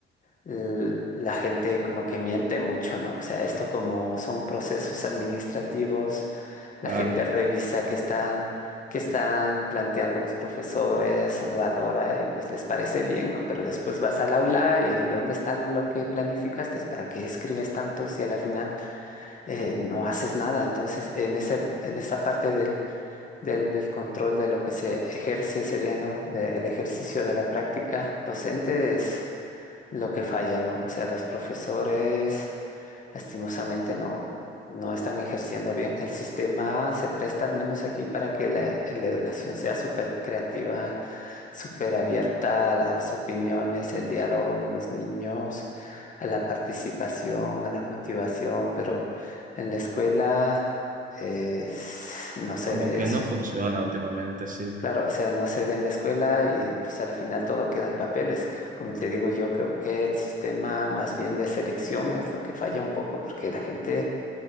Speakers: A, on the left; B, on the right.
A: l- la gente como que miente mucho, ¿no? O sea, esto como son procesos administrativos, la
B: Claro,
A: gente revisa qué están, qué están planteando los profesores, valora y pues les parece bien, ¿no? Pero después vas al aula y ¿dónde está lo que planificaste? ¿Para qué escribes tanto si a la final eh, no haces nada? Entonces, en ese, en esa parte del, del, del control de lo que se ejerce sería, ¿no? Le- El ejercicio de la práctica docente lo que falla, ¿no? O sea, los profesores lastimosamente no, no están ejerciendo bien. El sistema se presta al menos aquí para que la, la educación sea súper creativa, súper abierta a las opiniones, el diálogo con los niños, a la participación, a la motivación, pero en la escuela eh, s- no se
B: como
A: ve
B: que
A: eso.
B: no funciona últimamente, sí.
A: Claro, o sea, no se ve en la escuela y pues a la final todo queda en papeles. Como te digo, yo creo que el sistema más bien de selección es lo que falla un poco porque la gente